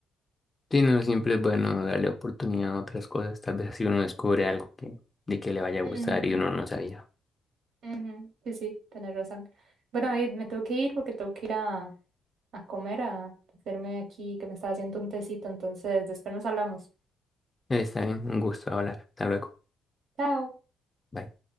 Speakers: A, on the left; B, on the right.
A: Sí, no, siempre es bueno darle oportunidad a otras cosas, tal vez así uno descubre algo que, de que le vaya a gustar
B: Mm,
A: y uno no sabía.
B: ujú, Sí, sí, tenés razón. Bueno, David, me tengo que ir porque tengo que ir a, a comer, a hacerme aquí que me está haciendo un tecito, entonces después nos hablamos.
A: Está bien, un gusto hablar, hasta luego.
B: Chao.
A: Bye.